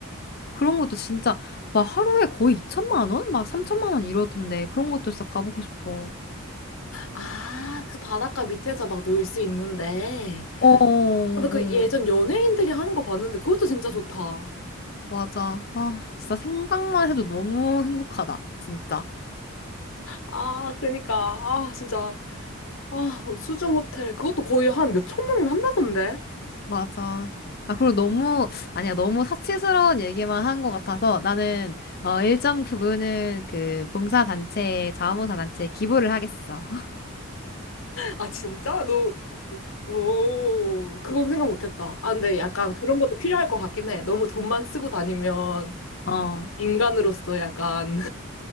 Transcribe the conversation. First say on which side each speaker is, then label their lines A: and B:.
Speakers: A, on the left; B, on the left.
A: 그런 것도 진짜 막 하루에 거의 2천만 원? 막 3천만 원 이러던데 그런 것도 진짜 가보고 싶어.
B: 아, 그 바닷가 밑에서 막 놀 수 있는데.
A: 어, 어, 어.
B: 근데 그 예전 연예인들이 하는 거 봤는데 그것도 진짜 좋다.
A: 맞아. 아, 진짜 생각만 해도 너무 행복하다. 진짜.
B: 아, 그니까. 아, 진짜. 아, 수중 호텔. 그것도 거의 한 몇 천만 원 한다던데?
A: 맞아. 아, 그리고 너무, 아니야, 너무 사치스러운 얘기만 한 것 같아서 나는, 어, 일정 부분은 그 봉사단체, 자원봉사단체에 기부를 하겠어.
B: 아, 진짜? 너, 너- 오, 그건 생각 못 했다. 아, 근데 약간 그런 것도 필요할 것 같긴 해. 너무 돈만 쓰고 다니면
A: <laughs> 어,
B: 인간으로서 약간